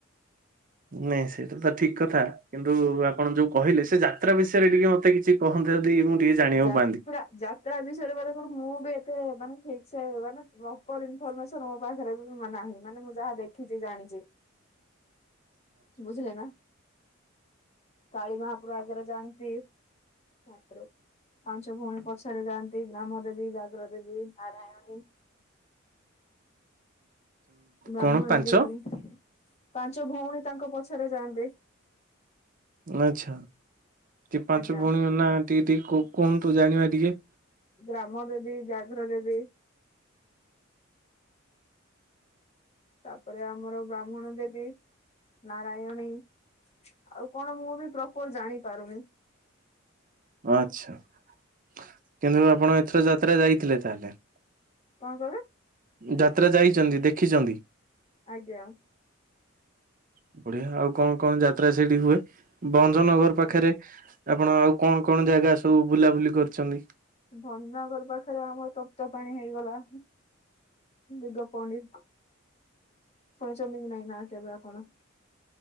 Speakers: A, on the right; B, on the left.
A: ନାଇଁ ସେଇଟା ତ ଠିକ୍ କଥା। କିନ୍ତୁ ଆପଣ ଯୋଉ କହିଲେ ସେ ଯାତ୍ରା ବିଷୟରେ ଟିକେ ମତେ କିଛି କହନ୍ତେ ଯଦି ମୁଁ ଟିକେ ଜାଣିବାକୁ
B: ଯାତ୍ରା
A: ପାଆନ୍ତି।
B: ଯାତ୍ରା ବିଷୟରେ ମାନେ କଣ ମୁଁ ବି ଏତେ ମାନେ ଠିକ୍ ସେ ମାନେ ପ୍ରପର ଇନ୍ଫରମେସନ୍ ମୋ ପାଖରେ ନାହିଁ ମାନେ ମୁଁ ଯାହା ଦେଖିଛି ଜଣିଛି।
A: <inaudible>
B: ବୁଝିଲେ ନା କାଳିମାପୁରୁ ଆଗରେ ଯାଆନ୍ତି। ଛାତ୍ରୋ ପାଞ୍ଚ ଭଉଣୀ ପଛରେ ଯାଆନ୍ତି ଗ୍ରାମ ଦେବୀ ଘାଗ୍ର ଦେବୀ ନାରାୟଣୀ ବ୍ରାହ୍ମଣୀ
A: କଣ ପାଞ୍ଚ
B: ଦେବୀ ପାଞ୍ଚ ଭଉଣୀ ତାଙ୍କ ପଛରେ ଯାଆନ୍ତି।
A: ଆଚ୍ଛା ଟିକେ ପାଞ୍ଚ
B: ଆଜ୍ଞା।
A: ଭଉଣୀ ନା ଟିକେ ଟିକେ କୁ କୁହନ୍ତୁ ଜାଣିବା ଟିକେ।
B: ଗ୍ରାମଦେବୀ ବ୍ୟାଘ୍ରଦେବୀ ତାପରେ ଆମର ବ୍ରାହ୍ମଣଦେବୀ ନାରାୟଣୀ ଆଉ କଣ ମୁଁ ବି ପ୍ରପର ଜାଣିପାରୁନି
A: ଆଚ୍ଛା କିନ୍ତୁ ଆପଣ ଏଥର ଯାତ୍ରା ଯାଇଥିଲେ ତାହେଲେ
B: କଣ କହିଲେ?
A: ଯାତ୍ରା ଯାଇଛନ୍ତି ଦେଖିଛନ୍ତି।
B: ଆଜ୍ଞା
A: <inaudible> ବଢିଆ ଆଉ କଣ କଣ ଯାତ୍ରା ସେଇଠି ହୁଏ ଭଞ୍ଜନଗର ପାଖରେ ଆପଣ ଆଉ କଣ କଣ ଜାଗା ସବୁ ବୁଲାବୁଲି କରିଛନ୍ତି?
B: ଭଞ୍ଜନଗର ପାଖରେ ଆମର ତପ୍ତପାଣି ହେଇଗଲା ଦିଗ ପଣ୍ଡି ଶୁଣିଛନ୍ତି କି ନାଇଁ ନା କେବେ ଆପଣ?